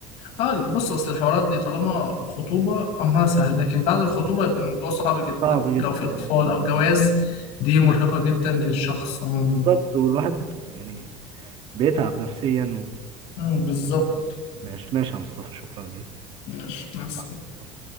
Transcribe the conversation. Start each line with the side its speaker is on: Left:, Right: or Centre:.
Left: اه بص اصل الحوارات دي طالما خطوبه امرها سهل لكن بعد الخطوبه يبقى الموضوع صعب جدا
Right: صعب جدا
Left: لو في اطفال
Right: آه.
Left: او جواز دي مرهقه جدا للشخص عموما
Right: بالظبط والواحد يعني بيتعب نفسيا
Left: مم، بالظبط
Right: وماشي ماشي يا مصطفى شكرا
Left: ماشي مع السلامة.
Right: ليك